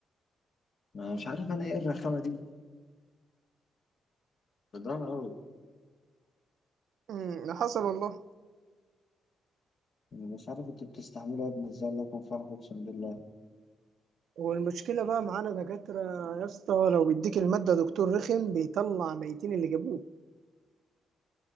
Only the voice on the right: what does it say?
امم حصل والله
والمشكلة بقى معانا دكاترة يا اسطى لو بيديك المادة دكتور رخم بيطلع ميتين اللي جابوه